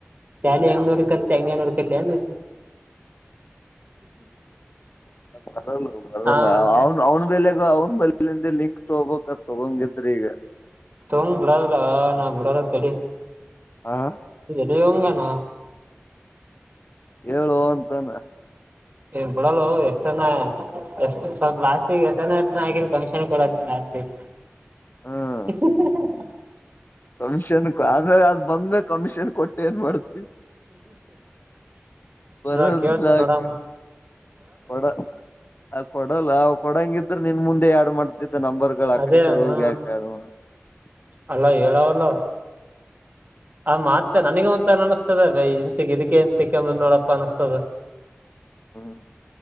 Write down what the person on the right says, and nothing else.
ಶಾಲಿ ಹೆಂಗ್ ನೋಡ್ ಕ್ಕಂತೆ ಹಂಗೆ ನೋಡ್ಕಲ್ಯನು.
ಹ ಮತ್ತೆ
ತೋಂಗ್ ಬಿಡದಲ್ಲ ನಾ ಬಿಡಲ್ಲ ತಡಿ.
ದಿವಂಗನ?
ಏ ಬಿಡಲ್ಲೋ ತನ್ನ ಎಷ್ಟ್ ಸ್ವಲ್ಪ ಲಾಸ್ಟಿಗೆ ಎತನ ಆಗಿ ಕಮಿಷನ್ ಕೊಡದ ಲಾಸ್ಟಿಗ್.
<unintelligible>
ನಾ ಕೇಳ್ತಿ
ನಡಮ್.
ಅದೇ
ಹ
ಅಲ್ಲ ಹೇಳಾವಲ್ಲ. ಆ ಮಾತ್ತ ನನಗ ಒಂತರ ಅನಿಸ್ತದೆ ಇಂತ ಇದಕ್ಕೆ ಇಂತಿಕಂಬಂದ್ ನೋಡಪ್ಪ ಅನಸ್ತದ.